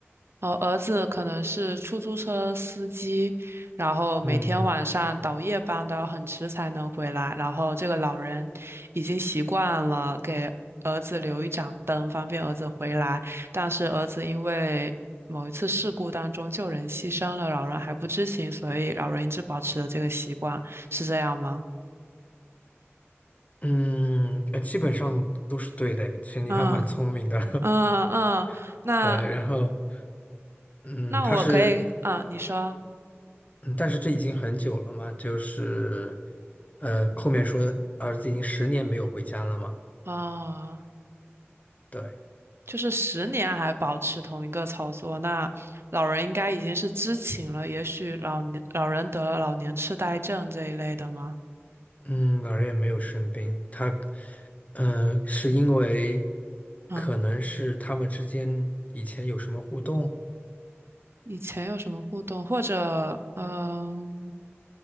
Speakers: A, on the right; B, on the left.
A: 哦，儿子可能是出租车司机，然后每天晚上倒夜班都要很迟才能回来，
B: 嗯
A: 然后这个老人已经习惯了给儿子留一盏灯，方便儿子回来，但是儿子因为某一次事故当中救人牺牲了，老人还不知情，所以老人一直保持了这个习惯，是这样吗？
B: 嗯，呃，基本上都是对的，其实你还蛮聪明的，
A: 嗯。嗯嗯，
B: <laughs>
A: 那
B: 对，然后，嗯，
A: 那我可以，
B: 他是。
A: 嗯，你说，
B: 嗯，但是这已经很久了嘛，就是，呃，后面说儿子已经十年没有回家了嘛，
A: 啊、
B: 对，
A: 就是十年还保持同一个操作，那老人应该已经是知情了，也许老年老人得了老年痴呆症这一类的吗？
B: 嗯，老人也没有生病，他，嗯、是因为
A: 嗯，
B: 可能是他们之间以前有什么互动，
A: 以前有什么互动，或者嗯